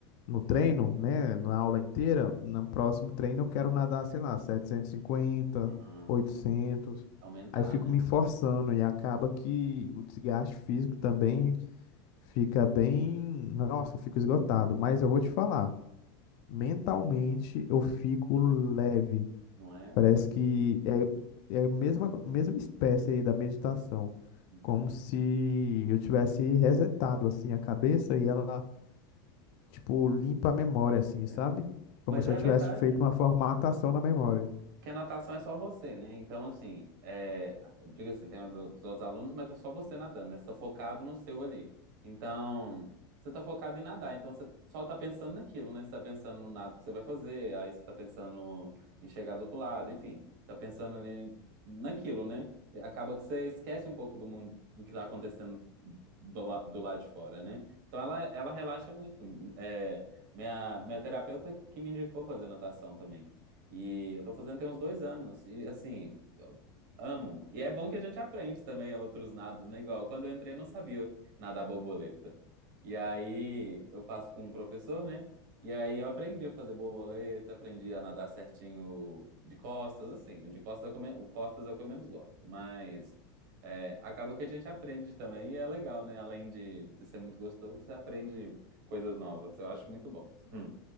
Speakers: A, on the left; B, on the right.
A: no treino, né, na aula inteira, no próximo treino eu quero nadar, sei lá, 750,
B: aham.
A: 800.
B: Aumentar,
A: Aí eu fico
B: né?
A: me forçando e acaba que o desgaste físico também fica bem, nossa, eu fico esgotado, mas eu vou te falar, mentalmente eu fico leve.
B: Não é?
A: Parece que é, é a mesma, mesma espécie aí da meditação,
B: Hum,
A: como se eu tivesse resetado assim a cabeça e ela tipo, limpa a memória, assim,
B: é.
A: sabe?
B: Mas
A: Como se
B: é
A: eu tivesse
B: verdade.
A: feito uma formatação na memória.
B: que a natação é só você, né? Então, assim, é, diga assim, tem os outros os outros alunos, mas é só você nadando, né? Você tá focado no seu ali. Então, você tá focado em nadar, então você só tá pensando naquilo, né? Você tá pensando no nado que você vai fazer, aí você tá pensando em chegar do outro lado, enfim, tá pensando ali naquilo, né? Acaba que você esquece um pouco do mundo, do que tá acontecendo do, la- do lado de fora, né? Então ela, ela relaxa muito. É, minha, minha terapeuta que me indicou fazer natação também. E eu tô fazendo tem uns dois anos. E assim, eu amo. E é bom que a gente aprende também outros nados, né? Igual quando eu entrei, eu não sabia nadar borboleta. E aí eu faço com um professor, né? E aí eu aprendi a fazer borboleta, aprendi a nadar certinho de costas, assim. O de costas é o que eu, men- o costas é o que eu menos gosto. Mas é, acaba que a gente aprende também e é legal, né? Além de, de ser muito gostoso, você aprende coisas novas. Eu acho muito bom. Hum,